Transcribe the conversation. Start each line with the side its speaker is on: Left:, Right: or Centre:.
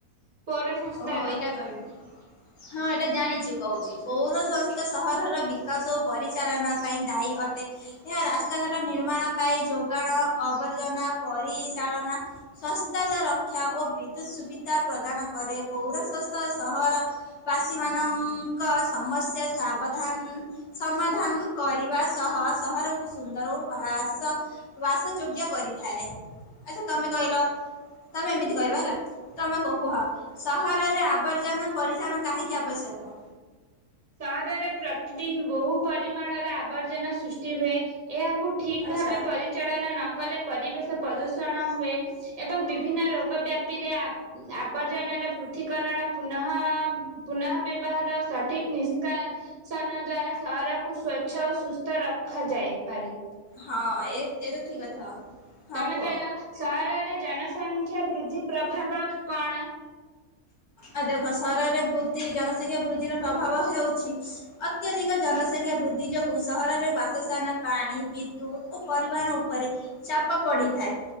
Right: ପୌର ସଂସ୍ଥାର।
Left: ଓହୋ ଏଇଟା କହିବ। ହଁ ଏଟା ଜାଣିଛୁ କହୁଛି ପୌର ସଂସ୍ଥ ସହରର ବିକାଶ ଓ ପରିଚାଳନା ପାଇଁ ଦାୟୀ ଅଟେ ଏହା ରାସ୍ତାଘାଟ ନିର୍ମାଣ ପାଇଁ ଯୋଗାଣ ଆବର୍ଜନା ପରିଚାଳନା ସ୍ଵସ୍ଥତା ରକ୍ଷା ଓ ବିଦ୍ୟୁତ ସୁବିଧା ପ୍ରଦାନ କରେ। ପୌରସସ୍ ସହର ବାସୀ ମାନଙ୍କ ସମସ୍ୟା ସାବଧାନ ସମାଧାନ କରିବା ସହ ସହରକୁ ସୁନ୍ଦର ଓ ବାସ ବାସଯୋଗ୍ୟ କରିବା ଥାଏ ଆଚ୍ଛା ତମେ କହିଲ ତମେ ଏମିତି କହିବ ହେଲା ତମେ କୁହଁ ସହରରେ ଆବର୍ଜନା ପରିଧାନ କାହିଁକି ଆବଶ୍ୟକ?
Right: ସହରରେ ପ୍ରତିଦିନ ବହୁ ପରିମାଣର ଆବର୍ଜନା ସୃଷ୍ଟି ହୁଏ ଏହା କୁ ଠିକ୍
Left: ଆଚ୍ଛା
Right: ଭାବେ ପରିଚାଳନା ନ କଲେ ପରିବେଶ ପ୍ରଦୂଷଣ ହୁଏ। ଏବଂ ବିଭିନ୍ନ ରୋଗ ବ୍ୟାପିରେ ଆବର୍ଜନାାର ପୃଥୀକରଣ ପୁନଃ ପୁନଃ ବ୍ୟବହାର ଆଉସଠ ଠିକ ନିଷ୍କାସନ ଦ୍ଵାରା ସହରକୁ ସ୍ଵଚ୍ଛ ଓ ସୁସ୍ଥ ରଖାଯାଇପାରେ।
Left: ହଁ ଏ ଏତ ଠିକ କଥା। ହଁ
Right: ତମେ
Left: କୁହ
Right: କହିଲ ସହରରେ ଜନସଂଖ୍ୟା ବୃଦ୍ଧି ପ୍ରଭାବ କଣ?
Left: ଆ ଦେଖ ସରରେ ବୁଦ୍ଧି ଜନ ଂଖ୍ୟା ବୃଦ୍ଧିର ପ୍ରଭାବ ହେଉଛି ଅତ୍ୟଧିକ ଜ ଜନସଂଖ୍ୟା ବୃଦ୍ଧି ଯୋଗୁଁ ସହରରେ ବାସସ୍ଥାନା ପାଣି ବିଦ୍ୟୁତ ଓ ପରିବହନ ଉପରେ ଚାପ ପ ପଡିଥାଏ